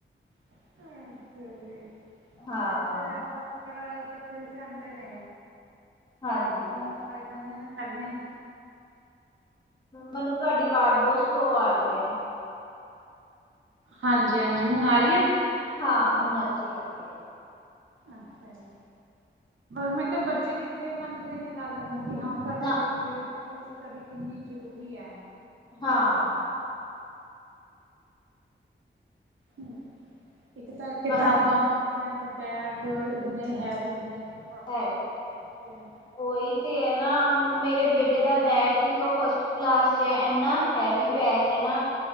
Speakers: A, on the right; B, on the left.
A: ਅੱਛਾ ਜੀ
B: ਹੋ ਹਾਂ
A: ਬੱਚੇ ਇਹ ਸਭ ਪੜਾ ਕਿੱਥੇ ਸੈਦੇ ਨੇ
B: ਹਾਂਜੀ
A: ਨੌ ਲਗ ਜਾਂਦੇ ਨੇ ਪਹਿਲਾਂ ਹੀ
B: ਮੈਨੂੰ ਤੁਹਾਡੀ ਆਵਾਜ਼ ਬਹੁਤ ਸਲੋ ਆ ਰਹੀ ਹੈ।
A: ਹਾਂਜੀ ਹਾਂਜੀ, ਹੁਣ ਆ ਰਹੀ ਹੈ।
B: ਹਾਂ ਹੁਣ ਅੱਛੀ ਆ ਰਹੀ ਹੈ।
A: ਅੱਛਾ ਜੀ ਮੈਂ ਕਿਹਾ ਬੱਚੇ ਕਿੱਥੇ ਮੰਨਦੇ ਨੇ ਗੱਲ ਨੂੰ ਕਿ ਹਾ ਸਾਡੇ
B: ਨਾ
A: ਲਈ ਸਟੱਡੀ ਕਿੰਨੀ ਜ਼ਰੂਰੀ ਹੈ।
B: ਹਾਂ
A: ਹਮ, ਕਿ ਤਾਂ ਕਿਤਾਬਾ
B: ਅੱਜ
A: ਬੂ ਬੱਚਿਆਂ ਦੇ ਬੈਗ ਇੰਨੇ ਹੈਵੀ ਹੁੰਦੇ ਨੇ ਫਟ
B: ਹੈ
A: ਜਾਂਦੇ ਨੇ <unintelligible>
B: ਉਹੀ ਤੇ ਹੈ ਨਾ, ਹੁਣ ਮੇਰੇ ਬੇਟੇ ਦਾ ਬੈਗ ਤੁਸੀਂ ਉਹ ਫਸਟ ਕਲਾਸ ਚ ਹੈ ਐਨਾ ਹੈਵੀ ਬੈਗ ਹੈ ਨਾ